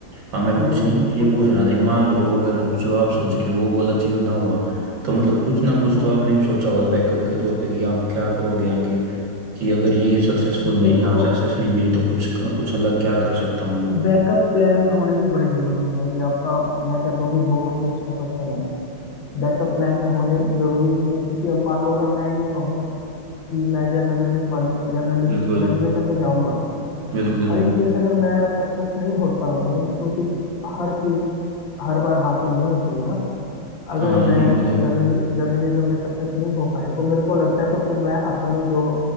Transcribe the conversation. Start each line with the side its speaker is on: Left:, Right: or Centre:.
Right: हाँ मैं
Left: हाँ
Right: पूछने
Left: जी हाँ जी
Right: ये
Left: पूछो
Right: पूछ रहा
Left: जी
Right: था कि मान लो अगर जो आप सोच रहे हो वो गोल अचीव ना हुआ तो मतलब कुछ ना कुछ
Left: हम्म।
Right: तो आपने भी सोचा होगा बैकअप के तौर पे कि आप क्या करोगे आगे कि अगर ये सक्सेसफुल
Left: देखो
Right: नहीं यहाँ सक्सेस नहीं मिली तो कुछ कुछ अलग क्या कर सकता हूँ मैं
Left: बैकअप प्लान्स होने भी बड़े ज़रूरी हैं ये आपका मैं कहता हूँ कि बहुत ही अच्छा क्वेश्चन है बैकअप प्लान्स होने ज़रूरी चाहिए क्योंकि अब मान लो अगर मैं ये कहूँ कि मैं जर्नलिज्म बनूँ जर्नलिस्ट
Right: बिल्कुल
Left: जर्नलिज्म में जाऊँगा
Right: बिल्कुल
Left: और इन केस अगर मैं सक्सेस नहीं होता हूँ क्योंकि हर चीज़ हर बार हासिल नहीं होती है ना अगर
Right: हाँ यही
Left: मैं
Right: तो
Left: जर्नलि जर्नलिज्म में सक्सेस नहीं हो पाया तो मेरे को लगता है तो फिर मैं अपनी जो